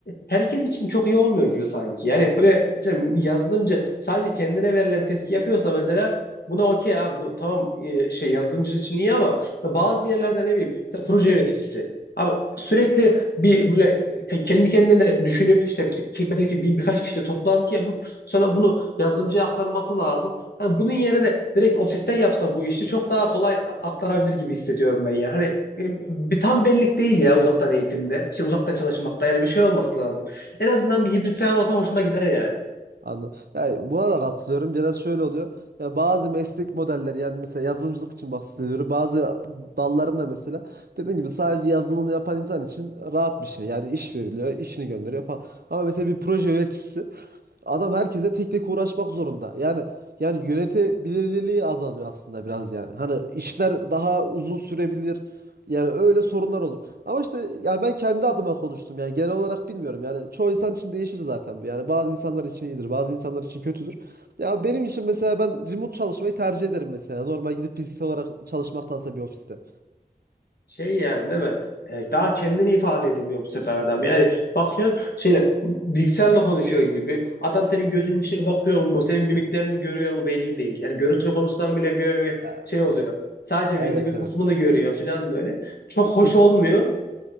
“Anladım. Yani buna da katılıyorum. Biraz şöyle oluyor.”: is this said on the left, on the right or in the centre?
Right